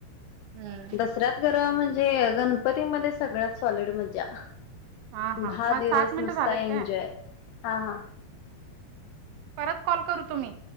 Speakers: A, on the right; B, on the left.
A: हम्म
B: दसऱ्यात गर म्हणजे गणप णपतीमध्येध्ये सगळ्यात सॉलड मज्जा
A: हा हा
B: दहा
A: मग
B: दिवस
A: सात मिनिटं
B: नुसता
A: झालेत
B: एन्जॉय.
A: काय
B: हा हा.
A: परत कॉल करतो मी.